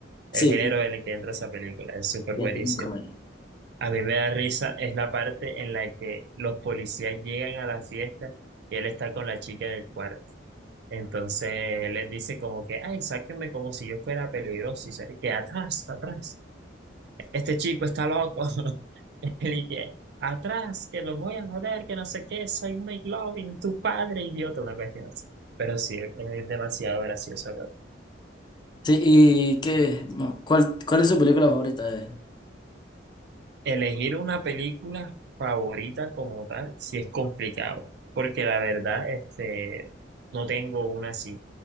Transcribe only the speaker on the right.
el
género
en el que entra esa película es súper
buenísimo.
A mí me da risa es la parte en la que los policías llegan a la fiesta y él está con la chica en el cuarto. Entonces les dice como que, ay, sáquenme como si yo fuera peligroso. Y se y que atrás, atrás. Este chico está loco. <laughs> Y que atrás, que los voy a joder, que no sé qué, soy Mike Loving, tu padre, idiota, una cuestión así. Pero sí, es demasiado gracioso.
Elegir una película favorita como tal, sí es complicado, porque la verdad, este, no tengo una así,